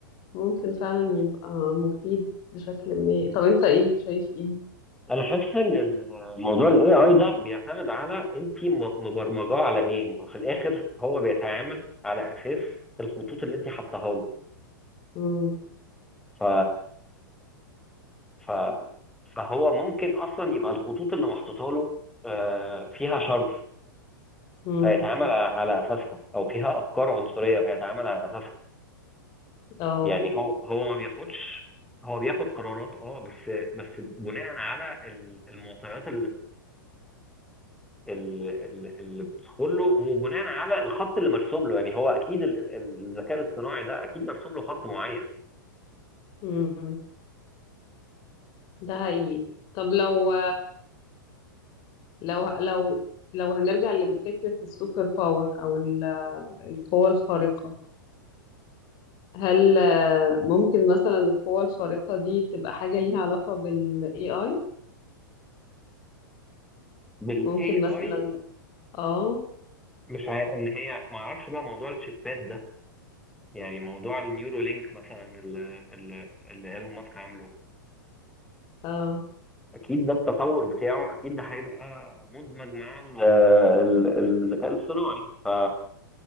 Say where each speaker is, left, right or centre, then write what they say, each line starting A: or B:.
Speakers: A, on the left; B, in the centre.
A: ممكن فعلا يبقى مفيد بشكل ما طب انت ايه شايف ايه
B: انا حاسس ان الموضوع الاي اي ده بيعتمد على انت م- مبرمجاه على ايه ما هو في الاخر هو بيتعامل على اساس الخطوط اللي انت حطاها له
A: امم
B: ف... ف... فهو ممكن اصلا يبقى الخطوط اللي محطوطه له آه، فيها شر
A: امم
B: فيتعامل على على اساسها او فيها افكار عنصريه فيتعامل على اساسها
A: اه
B: يعني هو هو ما بياخدش هو بياخد قرارات اه بس بس بناء على ال- المعطيات ال- اللي بتدخل له وبناء على الخط اللي مرسوم له يعني هو اكيد ال- الذكاء الاصطناعي ده اكيد مرسوم له خط معين
A: امم ده حقيقي طب لو لو لو لو هنرجع لفكرة السوبر باور أو ال- القوة الخارقة هل آه، ممكن مثلا القوة الخارقة دي تبقى حاجة ليها علاقة بال AI
B: بالاي
A: ممكن مثلا
B: اي
A: اه
B: مش عارف ان هي ما اعرفش بقى موضوع الشيبات ده يعني موضوع النيورو لينك مثلا اللي اللي اللي ايلون ماسك عامله
A: اه
B: اكيد ده التطور بتاعه اكيد ده هيبقى مدمج مع ال- آه، ال- الذكاء الاصطناعي ف...